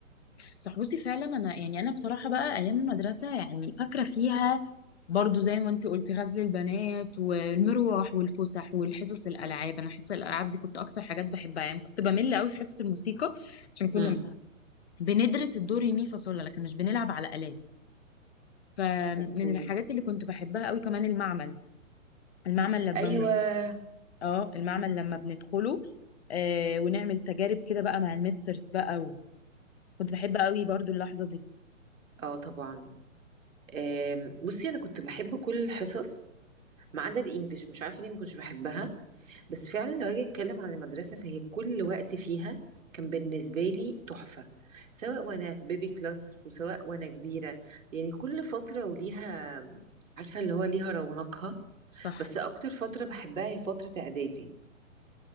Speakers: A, on the left; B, on the right.
A: صح بصي فعلا انا يعني انا بصراحه بقى ايام المدرسه يعني فاكره فيها برضو زي ما انت قلتي غزل البنات والمروح والفسح والحصص الالعاب انا حصص الالعاب دي كنت اكتر حاجات بحبها يعني كنت بمل قوي في حصه الموسيقى عشان كنا
B: مم.
A: بندرس الدو ري مي فا صول لا لكن مش بنلعب على آلات فمن
B: اوكي
A: الحاجات اللي كنت بحبها قوي كمان المعمل المعمل لما
B: ايوه
A: بن- اه المعمل لما بندخله آه ونعمل تجارب كده بقى مع المسترز بقى و... كنت بحب قوي برضو اللحظة دي
B: اه طبعا آم، بصي انا كنت بحب كل الحصص ما عدا الانجليش مش عارفه ليه ما كنتش بحبها بس فعلا لو هاجي اتكلم عن المدرسه فهي كل وقت فيها كان بالنسبه لي تحفه سواء وانا في بيبي كلاس وسواء وانا كبيره يعني كل فتره وليها عارفه اللي هو ليها رونقها
A: صح
B: بس اكتر فتره بحبها هي فتره اعدادي